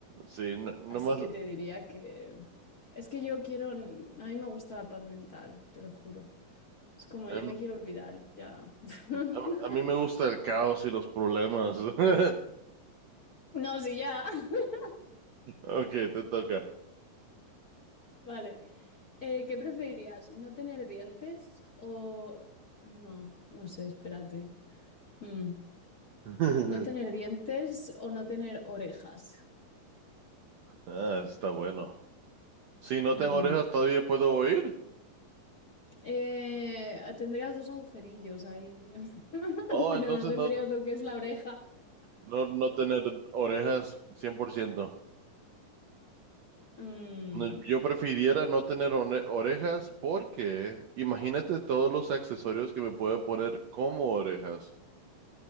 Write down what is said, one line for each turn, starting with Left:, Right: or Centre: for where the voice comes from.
Right: Sí, no, nomás,
Left: Así que te diría que... Es que yo quiero... A mí me gusta la paz mental, te lo juro. Es como
Right: em,
Left: yo me quiero olvidar ya. <laughs>
Right: a, a mí me gusta el caos y los problemas. <laughs>
Left: No, sí, ya. <laughs>
Right: Ok, te toca.
Left: Vale. Eh, ¿qué preferirías? ¿No tener dientes o... No, no sé, espérate. Mm,
Right: <laughs>
Left: ¿No tener dientes o no tener orejas?
Right: Ah, está bueno. Si no
Left: Mm.
Right: tengo orejas, todavía puedo oír.
Left: Eh, tendrías dos agujerillos ahí, <laughs>
Right: Oh,
Left: pero
Right: entonces
Left: no tendrías
Right: no.
Left: lo que es la oreja.
Right: No, no tener orejas 100%.
Left: Mm,
Right: No, yo prefiriera no tener one- orejas porque imagínate todos los accesorios que me puedo poner como orejas.